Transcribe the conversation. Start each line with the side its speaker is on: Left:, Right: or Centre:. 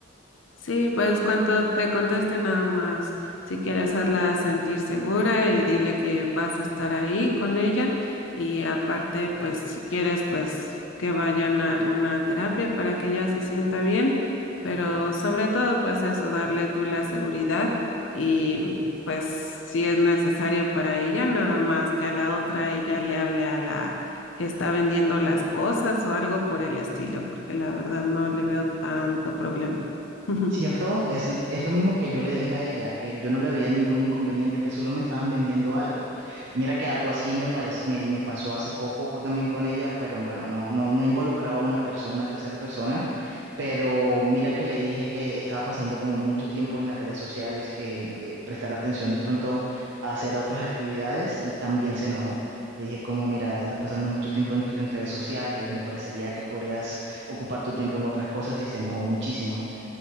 Left: Sí, pues cuando te conteste nada más, si quieres hazla sentir segura y dile que vas a estar ahí con ella y aparte, pues si quieres, pues que vayan a alguna terapia para que ella se sienta bien, pero sobre todo, pues eso, darle tú la seguridad y pues si es necesario para ella, nada más que a la otra ella le hable a la que está vendiendo las cosas o algo por el estilo, porque la verdad no le veo tanto problema. <laughs>
Right: ¿Cierto? Es, es lo mismo que yo le dije a ella, que yo no le veía ningún inconveniente, que solo me estaban vendiendo algo. Mira que algo así me, parec- me, me pasó hace poco co- también con ella, pero bueno, no, no, no involucraba a una persona, una tercera persona, pero mira que le dije que estaba pasando como mucho tiempo en las redes sociales, que eh, prestar atención de pronto a hacer otras actividades y también se enojó. Le dije como, mira, estás pasando mucho tiempo en en redes sociales, me parecería que podrías ocupar tu tiempo en otras cosas y se enojó muchísimo.